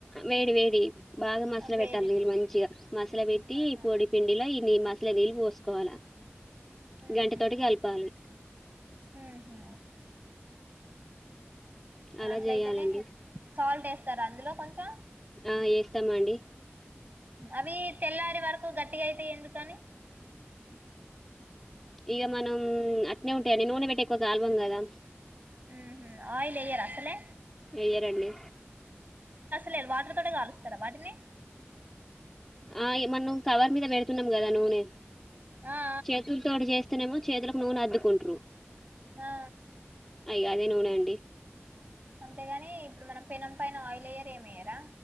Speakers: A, in the centre; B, on the right.
A: వేడి వేడి బాగా మస్ల
B: వేడిని
A: పెట్టాలి నీళ్ళు మంచిగా మస్ల పెట్టి
B: ఆహా
A: ఈ పొడి పిండిల ఇ మస్ ఇట్లా నీళ్లు పోసుకోవాలా
B: ఉహు
A: గంటే తోటి కలపాలి
B: ఉహు
A: అలా
B: అట్లయితేనే
A: చేయాలండి
B: సాల్ట్ ఏస్తారా అందులో కొంచెం
A: ఆ చేస్తామండి
B: అవి తెల్లారే వరకు గట్టిగా అయితయి ఎందుకని
A: ఇగ మనం అట్నే ఉంటాడి నూనె పెట్టే ఎక్కువ కాల్వం కదా
B: ఉహు ఆయిల్ ఎయ్యరా అసలే
A: ఏయ్యరండి
B: లే వాటర్ తోనే కాలుస్తారా వాటిని
A: ఆ ఈ మన్ను కవర్ మీద పెడుతున్నాం కదా నూనె
B: ఆ ఆ
A: చేతుల తోటి చేస్ తే నేమో చేతులకు నూనె అద్దుకుంట్రు
B: ఆ
A: ఇగ అది నూనె అండి
B: అంతేగాని ఇప్పుడు మనం పెనం పైన ఆయిల్ ఎయ్యరు ఏమయ్యారా